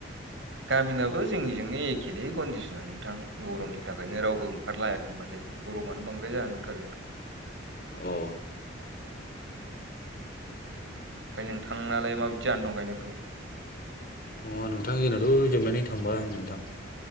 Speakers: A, on the right; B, on the left.
A: गामिनाबो जोंनिजोंनो एखेेलै कन्डिसना नोंथां गरमनि थाखायनो रावबो ओंखारलायाखै माथो। गरमआनो बांद्राय जानानै दंथारो नोंथां ना
B: औ।
A: ओमफ्राय नोंथांनालाय माबायदि जाना दं गायनाय फुनाया?
B: अ नोंथां जोंनावथ' जोबनानै थांबाय नोंथां।